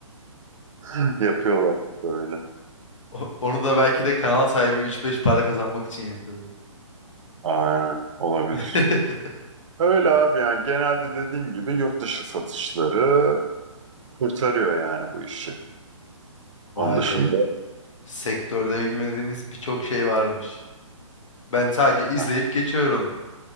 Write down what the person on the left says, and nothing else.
O- Onu da belki de kanal sahibi üç beş para kazanmak için yapıyordur.
<laughs>
Vay
be. Sektörde bilmediğimiz birçok şey varmış. Ben sadece
izleyip geçiyorum.